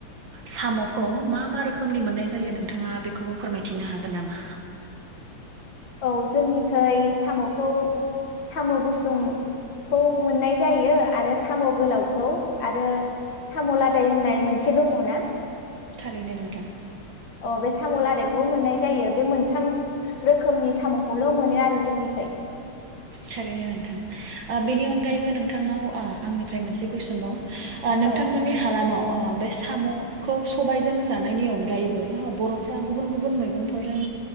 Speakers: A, on the right; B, on the left.
A: सामखौ मा मा रोखोमनि मोननाय जायो नोंथाङा बेखौबो फोरमायथिनो हागोन नामा?
B: औ जोंनिखै सामखौ साम गुसुंखौ मोननाय जायो आरो साम गोलावखौ आरो साम लादाय होननाय मोनसे दङना
A: थारैनो नोंथां।
B: अ' बे साम लादायखौबो मोननाय जायो बे मोनथाम रोखोमनि सामखौल मोनो आरो जोंनिखै।
A: थारैनो नोंथां ओ बेनि अनगायैबो नोंथांनाव ओ आंनिफ्राय मोनसे कुइसनबाव? ओ नोंथांमोननि
B: औ
A: हालामाव ओ बे सामखौ सबायजों जानायनि अनगायैबो बर'फ्रा गुबुन गुबुन मैगंफोरजों